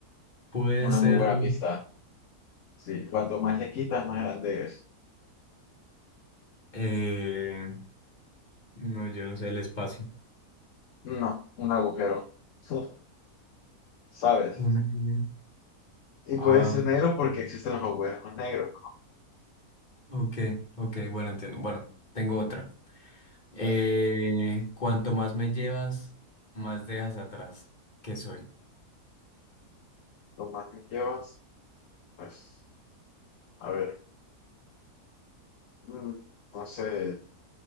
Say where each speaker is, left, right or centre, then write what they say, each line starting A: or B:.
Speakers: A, on the left; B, on the left.
A: Puede
B: Una
A: ser...
B: muy buena pista. Sí, cuanto más le quitas, más grande es.
A: eh, no, yo no sé el espacio.
B: No, un agujero. <laughs> Uf, ¿Sabes?
A: Bueno, bueno.
B: Y
A: ah,
B: puede ser negro porque existen los agujeros negros.
A: ok, ok, bueno, entiendo. Bueno, tengo otra. Eh,
B: Dale,
A: cuanto más me llevas, más dejas atrás. ¿Qué soy?
B: lo más que llevas, pues, a ver. Mm, no sé.